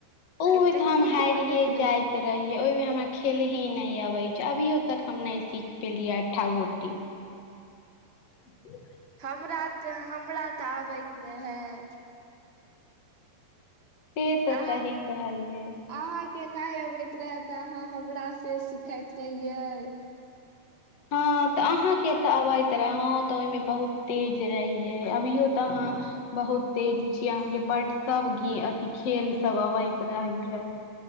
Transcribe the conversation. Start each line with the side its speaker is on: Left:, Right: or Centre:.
Left: ओहो
Right: कतेक
Left: थाम
Right: नीक
Left: हैरीये
Right: लागैत रहै
Left: जाइत रहियै ओयमे, हमरा खेलहे नै अबै छै, अभियो तक हम नै सीख पेलियै अट्ठा- गुट्टी। <unintelligible>
Right: हमरा तऽ, हमरा तऽ आबैत रहऽ।
Left: से तऽ
Right: अहाँ,
Left: सही कहलियै
Right: अहाँ के नइ अबैत रहे तऽ, अहाँ हमरा से सिखैत रहियै।
Left: हँ, तऽ अहाँ के तऽ अबैत रहऽ। हँ तऽ अइ, मे बहुत तेज रहियै, अभियो तऽ अहाँ बहुत तेज छी अहाँ कें, बड सब गे अथी खेल सब अबैत रहैयऽ।